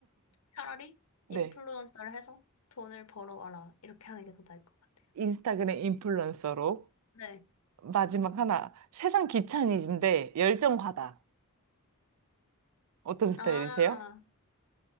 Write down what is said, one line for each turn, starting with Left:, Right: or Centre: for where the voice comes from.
Left: 차라리
Right: 네.
Left: 인플루언서를 해서 돈을 벌어와라 이렇게 하는 게 더 나을 것 같아요.
Right: 인스타그램 인플루언서로.
Left: 네.
Right: 마지막 하나. 세상 귀차니즘대 열정 과다. 어떤 스타일이세요?
Left: 아